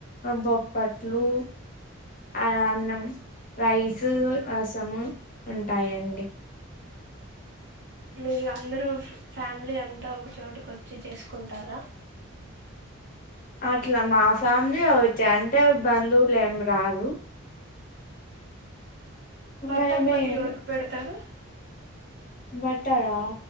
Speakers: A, on the left (about 40°); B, on the right (about 55°).
A: బొప్పట్లు అన్నం రైస్ సము ఉంటాయిండి
B: <unintelligible> అందరు ఫ్యామిలీ అంత అంత ఒక చోటుక వచ్చి చేసుకుంటారా
A: అట్లా మా ఫ్యామిలీ ఒకటి అంటే బంధువులు ఏం రారు
B: బట్టల
A: మేమే
B: మళ్ళీ ఎవరికి పెడతారు
A: బట్టల